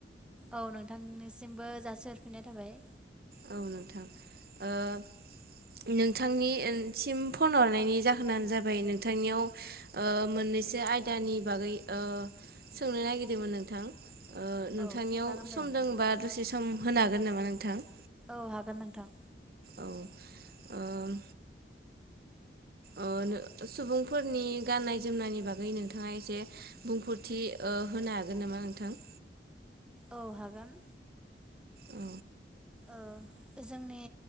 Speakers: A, in the centre; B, on the right.
A: औ नोंथांनिसिमबो जासिहरफिननाय थाबाय
B: औ नोंथां ओ नोंथांनि ओनसिम फन हरनायनि जाहोनानो जाबाय नोंथांनियाव ओ मोननैसो आयदानि बागै ओ सोंनो नागिरदोंमोन नोंथां ओ नोंथांनियाव
A: औ सोंजागोन
B: सम
A: दे नोंथां
B: दङबा दसे सम होनो हागोन नामा नोंथां?
A: औ हागोन नोंथां
B: औ ओम ओ नो सुबुंफोरनि गाननाय जोमनायनि बागै नोंथाङा एसे बुंफोरथि ओ होनो हागोन नामा नोंथां?
A: औ हागोन
B: औ
A: ओ जोंनि